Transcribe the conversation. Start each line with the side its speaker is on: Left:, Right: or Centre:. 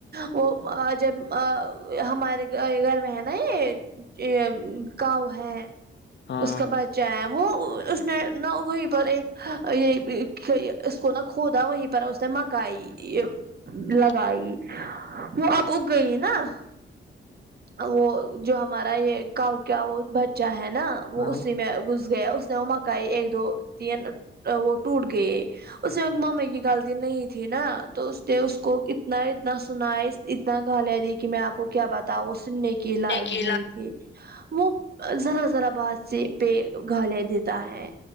Right: وہ جب ہمارے گھر میں ہے نا یہ کاو ہے
Left: ہاں
Right: اس کا بچہ ہے وہ اس نے نہ وہیں پر ایک یہ کو نہ کھودا وہی پر اس نے مکا آئی
Left: ہاں
Right: لگائی وہ اب اگئی نا وہ جو ہمارا یہ گاؤں کا وہ بچہ ہے نا وہ
Left: ہاں
Right: اسی میں گھس گیا اس نے وہ مکائی ایک دو تین وہ ٹوٹ گئے اس میں ممی کی غلطی نہیں تھی نا تو اس نے اس کو اتنا اتنا اتنا سنا ہے اتنا گالیہ دی کہ میں آپ کو کیا بتاؤں سننے کی لائق
Left: نیکیلا
Right: نہیں تھی وہ ذرا ذرا بات سے پہ گالیہ دیتا ہے